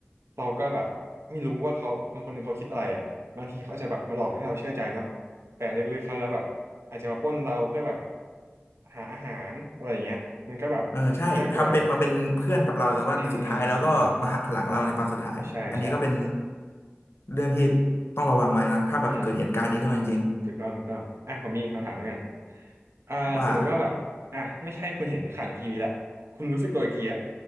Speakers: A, on the right; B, on the left.
A: เราก็แบบไม่รู้ว่าเขาคนคนหนึ่งเขาคิดอะไรอ่ะบางทีเขาอาจจะแบบมาหลอกให้เราเชื่อใจเนาะแต่ลึกๆเขาแล้วแบบอาจจะมาปล้นเราเพื่อแบบหาอาหารอะไรอย่างเงี้ยมันก็แบบ
B: เออใช่ทำเป็นมาเป็นเพื่อนกับเราแต่ว่าสุดท้ายแล้วก็มาหักหลังเราในตอนสุดท้ายอันนี้ก็เป็น
A: น่ากลัวอืมอืมอืมอืมใช่ใช่
B: เรื่องที่ต้องระวังไว้นะถ้าแบบเกิดเหตุการณ์นี้ขึ้นมาจริง
A: อืม ถูกต้องถูกต้องอ่ะผมมีคำถามแล้วกันอ่าสมมุติว่าแบบอ่ะไม่ใช่คุณเห็นข่าวในทีวีแล้วคุณรู้สึกตัวอีกทีอ่ะ
B: ๆว่า